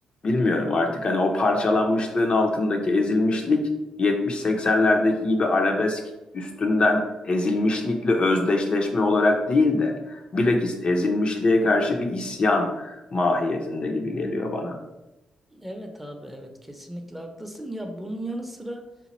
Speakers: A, on the left (about 45°); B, in the centre.
A: Bilmiyorum artık hani o parçalanmışlığın altındaki ezilmişlik 70-80'lerdeki gibi arabesk üstünden ezilmişlikle özdeşleşme olarak değil de bilakis ezilmişliğe karşı bir isyan mahiyetinde gibi geliyor bana.
B: Evet abi evet kesinlikle haklısın ya bunun yanı sıra